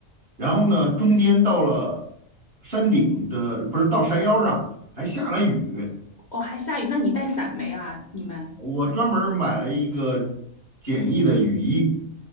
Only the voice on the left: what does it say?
哦，还下雨，那你带伞没啊？你们，